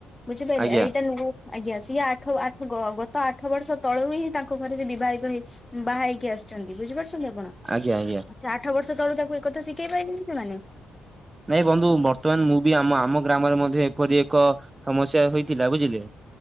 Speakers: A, on the left; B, on the right.
A: ବୁଝିପାରିଲେ
B: ଆଜ୍ଞା
A: ଏଇଟା ନୁହ ଆଜ୍ଞା ସିଏ ଆଠ ଆଠ ଗତ ଆଠ ବର୍ଷ ତଳରୁ ହିଁ ତାଙ୍କ ତାଙ୍କୁ ଘରୁ ସେ ବିବାହିତ ହୋଇ ବାହା ହେଇକି ଆସିଛନ୍ତି ବୁଝିପାରୁଛନ୍ତି ଆପଣ?
B: ଆଜ୍ଞା ଆଜ୍ଞା।
A: ଆଠ ବର୍ଷ ତଳୁ ତାକୁ ଏକଥା ଶିଖେଇ ପାରିଲେନି ସେମାନେ?
B: ନାଇଁ ବନ୍ଧୁ ବର୍ତ୍ତମାନ ମୁଁ ବି ଆମ ଆମ ଗ୍ରାମରେ ମଧ୍ୟ ଏପରି ଏକ ସମସ୍ୟା ହୋଇଥିଲା ବୁଝିଲେ